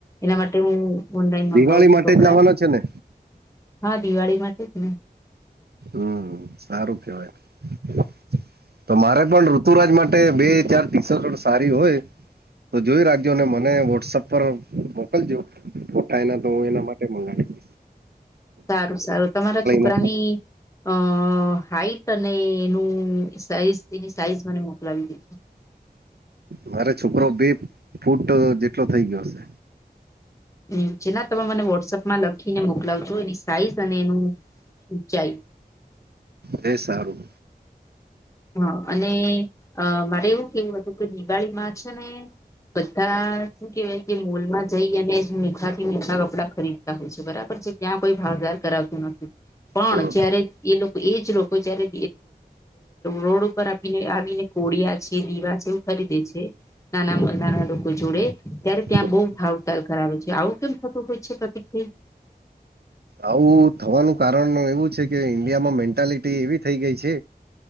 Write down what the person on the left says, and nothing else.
એના માટે હું ઓનલાઈન
મંગાવું છું
કપડાં
હા દિવાળી માટે જ ને
સારું સારું, તમારા છોકરાની
અ હાઈટ અને એનું સાઈઝ એની સાઈઝ મને મોકલાવી દેજો.
અ ચેલા તમે મને વોટ્સઅપમાં લખીને મોકલાવજો એની સાઈઝ અને એનુ ઊંચાઈ
હા અને અ મારે એવું કેવું હતું કે દિવાળી માં છે ને, બધા <inaudible> કે મોલમાં જઈ અને <inaudible> થી <inaudible> કપડાં ખરીદ <inaudible> બરાબર છે ત્યાં કોઈ ભાવદાર કરાવતું નથી, પણ
જયારે એ લોકો એ જ લોકો જ્યારે રોડ ઉપર આપીને આવીને કોળિયા છે દીવા છે એવું ખરીદે છે. નાના <unintelligible> લોકો જોડે ત્યારે
ત્યાં બઉુ ભાવતાલ કરાવે છે આવું કેમ થતું હોય છે પ્રતિકભાઈ